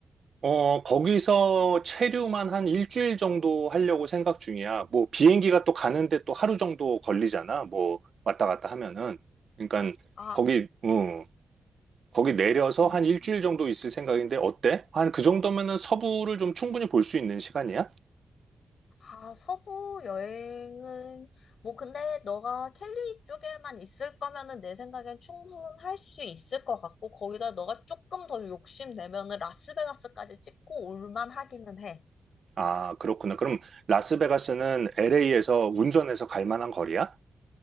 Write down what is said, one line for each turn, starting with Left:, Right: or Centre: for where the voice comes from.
Right: 어, 거기서 체류만 한 일주일 정도 하려고 생각 중이야. 뭐, 비행기가 또 가는데 또 하루 정도 걸리잖아. 뭐, 왔다 갔다 하면은. 그러니까,
Left: 아,
Right: 거기, 음, 거기 내려서
Left: 음.
Right: 한 일주일 정도 있을 생각인데, 어때? 한 그 정도면은 서부를 좀 충분히 볼 수 있는 시간이야?
Left: 아, 서부 여행은 뭐 근데 너가 캘리 쪽에만 있을 거면은 내 생각엔 충분할 수 있을 것 같고 거기다 너가 조금 더 욕심 내면은 라스베가스까지 찍고 올만 하기는 해.
Right: 아, 그렇구나. 그럼 라스베가스는 LA에서 운전해서 갈 만한 거리야?